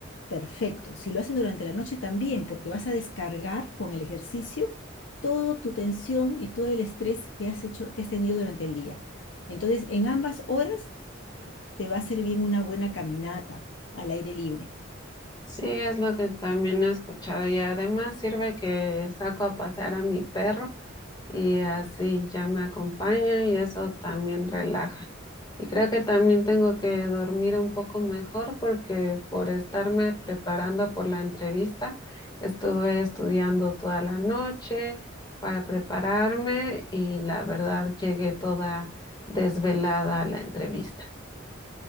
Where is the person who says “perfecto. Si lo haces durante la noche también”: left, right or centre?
Left